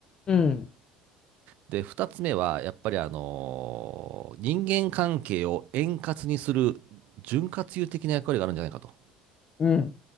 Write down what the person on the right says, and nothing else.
で、二つ目はやっぱりあのー人間関係を円滑にする潤滑油的な役割があるんじゃないかと。